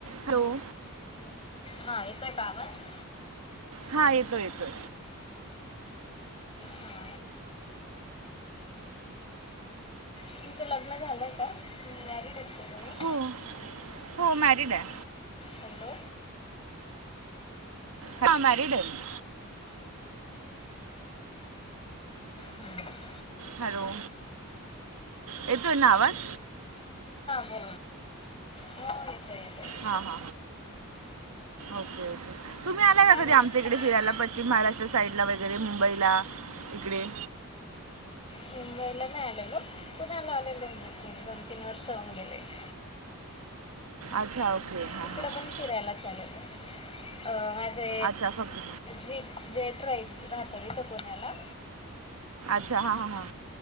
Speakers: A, on the right; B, on the left.
A: Hello
B: हा येतोय का आवाज
A: हा येतोय येतोय
B: हा तुमचं लग्न झालंय का? मॅरिड आहेत का तुम्ही?
A: हो हो मॅरिड आहे
B: हॅलो
A: हा मॅरिड आहे मी.
B: हम् हुं
A: हॅलो येतोय ना आवाज?
B: हो हो येतोय येतोय
A: हा हा ओके ओके तुम्ही आला
B: काय
A: का
B: म्हणत
A: कधी आमच्या इकडे
B: तुम्ही
A: फिरायला पश्चिम महाराष्ट्र साईडला वगैरे मुंबईला? इकडे
B: मुंबईला नाही आलेलो पुण्याला आलेलो नक्की दोन तीन वर्ष होऊन गेले <inaudible>
A: अच्छा ओके हां
B: तिकड
A: हां हां.
B: पण फिरायला चालेल अ माझे
A: अच्छा फक्त
B: जेट जेठ राहायचे राहतात इथं पुण्याला
A: अच्छा हा हा हां